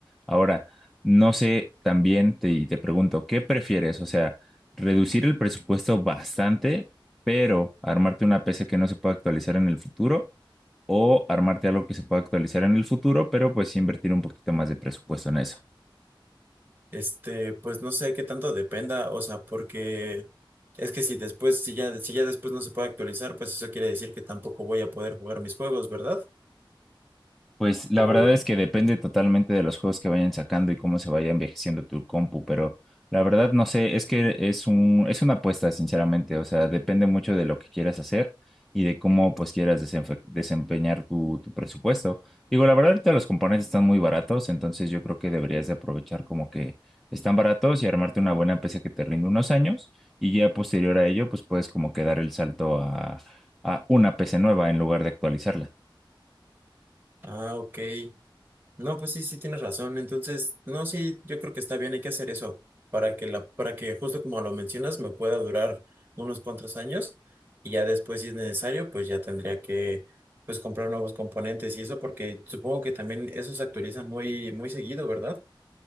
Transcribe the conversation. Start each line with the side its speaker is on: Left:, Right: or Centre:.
Centre: Ahora, no sé, también te, y te pregunto, ¿qué prefieres? O sea, reducir el presupuesto bastante, pero armarte una PC que no se pueda actualizar en el futuro o armarte algo que se pueda actualizar en el futuro, pero pues sí invertir un poquito más de presupuesto en eso.
Right: Este, pues no sé qué tanto dependa, o sea, porque es que si después, si ya, si ya después no se puede actualizar, pues eso quiere decir que tampoco voy a poder jugar mis juegos, ¿verdad?
Centre: Pues la
Right: O,
Centre: verdad es que depende totalmente de los juegos que vayan sacando y cómo se vaya envejeciendo tu compu, pero la verdad no sé, es que es un, es una apuesta, sinceramente, o sea, depende mucho de lo que quieras hacer y de cómo pues quieras desenfe- desempeñar tu, tu presupuesto. Digo, la verdad ahorita los componentes están muy baratos, entonces yo creo que deberías de aprovechar como que están baratos y armarte una buena PC que te rinde unos años y ya posterior a ello pues puedes como que dar el salto a, a una PC nueva en lugar de actualizarla.
Right: ah, ok. No, pues sí, sí tienes razón. Entonces, no, sí, yo creo que está bien, hay que hacer eso para que la, para que justo como lo mencionas, me pueda durar unos cuantos años y ya después, si es necesario, pues ya tendría que, pues comprar nuevos componentes y eso, porque supongo que también esos se actualizan muy, muy seguido, ¿verdad?